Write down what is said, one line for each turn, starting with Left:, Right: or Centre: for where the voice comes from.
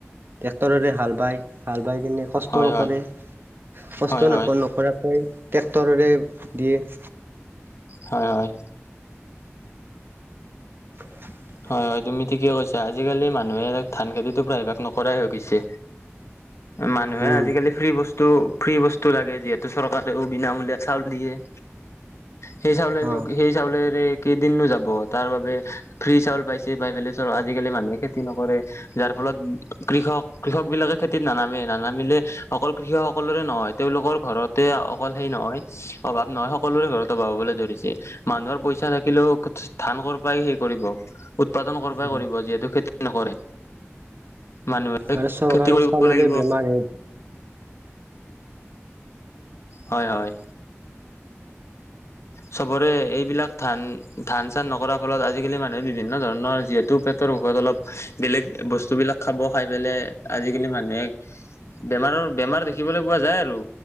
Right: ট্ৰেক্টৰেৰে হাল বায়, হাল বাই কেনে কষ্ট
Left: হয়
Right: নকৰে,
Left: হয়
Right: কষ্ট
Left: হয় হয়
Right: নক নকৰাকৈ হয়, ট্ৰেক্টৰেৰে দিয়ে।
Left: হয় হয়।
Right: <inaudible>
Left: হয় হয় তুমি ঠিকে কৈছা, আজিকালি মানুহে ধান খেতিটো প্ৰায়ভাগ নকৰাই হৈ গৈছে। মানুহে
Right: উম
Left: আজিকালি ফ্ৰী বস্তু, ফ্ৰী বস্তু লাগে যিহেতু চৰকাৰেও বিনামূলীয়া চাউল দিয়ে। সেই চাউলেনো
Right: অ
Left: সেই চাউলেৰে কেইদিনো যাব তাৰ বাবে ফ্ৰী চাউল পাইছে, পাই পেলাই চাউল আজিকালি মানুহে খেতি নকৰে। যাৰ ফলত কৃষক - কৃষকবিলাকে খেতিত নানামে, নানামিলে অকল কৃষক সকলোৰে নহয় তেওঁলোকৰ ঘৰতে অকল সেই নহয় অভাৱ নহয় সকলোৰে ঘৰত অভাৱ হ'বলৈ ধৰিছে। মানুহৰ পইচা থাকিলেও ধান কৰ পৰাই সেই কৰিব, উৎপাদন কৰ পৰাই
Right: উম
Left: কৰিব যিহেতু খেতি নকৰে, মানুহে
Right: আৰু চৰকাৰৰ
Left: খেতি কৰিব
Right: চাউলৰে
Left: লাগিব।
Right: বেমাৰ হে
Left: হয় হয়। চবৰে এইবিলাক ধান - ধান চান নকৰাৰ ফলত আজিকালি মানুহে বিভিন্ন ধৰণৰ যিহেতু পেটৰ ঔষদ অলপ বেলেগ বস্তুবিলাক খাব, খাই পেলাই আজিকালি মানুহে বেমাৰৰ বেমাৰ দেখিবলৈ পোৱা যায় আৰু